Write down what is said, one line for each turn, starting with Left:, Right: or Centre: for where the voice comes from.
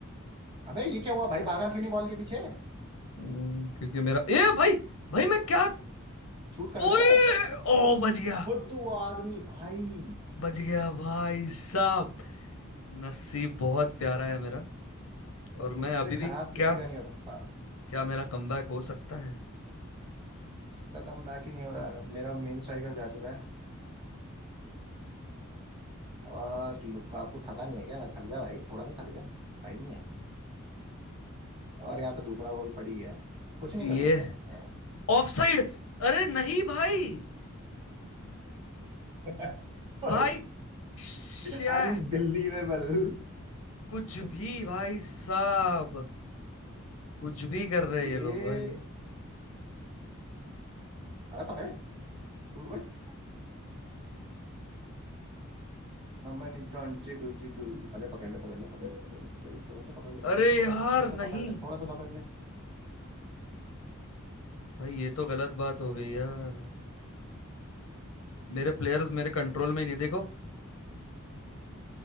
Right: अबे ये क्या हुआ भाई भागा क्यों नहीं बॉल के पीछे
Left: हम्म, क्योंकि मेरा ए भाई भाई मैं क्या
Right: शूट कर
Left: ओए
Right: दे
Left: ओ बच गया
Right: खुद वो आदमी भाई
Left: बच गया भाई साहब नसीब बहुत प्यारा है मेरा और
Right: मुझसे
Left: मैं अभी
Right: खराब
Left: भी
Right: किसी
Left: क्या
Right: का नहीं हो सकता
Left: क्या मेरा कमबैक हो सकता है
Right: इनका कम बैक ही नहीं हो रहा मेरा मेन स्ट्राइकर जा चुका है और लुकाकू थका नहीं है क्या थक जा भाई थोड़ा सा थक जा भाई नहीं है और यहाँ पे दूसरा गोल पड़ ही गया है कुछ नहीं
Left: ये
Right: कर सकता हाँ।
Left: ऑफ साइड अरे नहीं भाई
Right: <laughs>
Left: भाई श्या
Right: I'm believable.
Left: कुछ भी भाई साहब कुछ भी कर रहे
Right: ये
Left: हैं ये लोग भाई
Right: अरे पकड़े टूट but mamma neutron jiggle jiggle अरे पकड़ ले पकड़ ले पकड़ ले पकड़ ले पकड़ ले थोड़ा सा पकड़ ले थोड़ा
Left: अरे
Right: सा
Left: यार
Right: पकड़ ले थोड़ा सा
Left: नहीं
Right: पकड़ ले थोड़ा सा पकड़ ले
Left: भाई ये तो गलत बात हो गई यार मेरे प्लेयर्स मेरे कंट्रोल में ही नहीं देखो